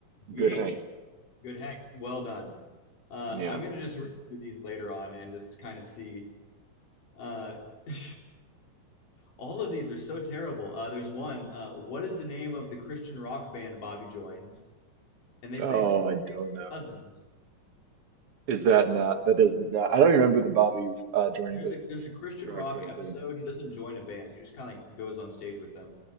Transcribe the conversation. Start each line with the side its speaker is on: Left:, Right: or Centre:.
Left: GH.
Right: Good Hank.
Left: Good Hank. Well done. Uh,
Right: Yeah.
Left: I'm gonna just read through these later on and just kind of see. Uh, <laughs> all of these are so terrible. Uh, there's one. Uh, what is the name of the Christian rock band Bobby joins? And they
Right: Oh,
Left: say it's
Right: I don't know.
Left: Cousins.
Right: Is that not? That doesn't. I don't remember the Bobby uh, joining
Left: There's
Right: the
Left: a there's a Christian
Right: rock
Left: rock
Right: band
Left: episode.
Right: thing.
Left: He doesn't join a band. He just kind of like goes on stage with them.